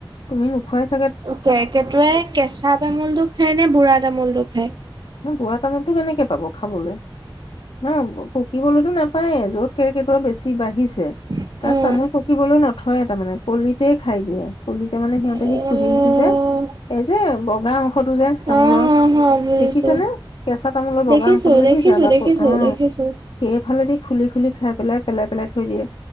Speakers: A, on the left; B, on the right.
A: তুমি নোখুৱাইছ <unintelligible> <unintelligible>
B: কেৰকেটোৱাই কেঁচা তামোলটো খায় নে বুঢ়া তামোলটো খায়
A: ন বুঢ়া তামোলতটো কেনেকে পাব খাবলে ন পকিবলৈতো নাপায়ে য'ত কেৰ্কেটুৱা বেছি বাঢ়িছে।
B: খায়
A: তাত তামোল পকিবলৈ নথয় তাৰমানে কলিতে খাই দিয়ে কলিতে মানে সিহঁতে
B: অ', অ',
A: সেই হেৰিটো যে <unintelligible> এই যে বগা অংশতো যে
B: হা,
A: তামোলৰ
B: হা, বুজিছো।
A: দেখিছানে কেঁচা তামোলৰ
B: দেখিছো,
A: বগা অংশটো দেখিছা
B: দেখিছো,
A: বাপু
B: দেখিছো,
A: অ
B: দেখিছো।
A: হেফালে দি খুলি খুলি খাই পেলাই পেলাই পেলাই থৈ দিয়ে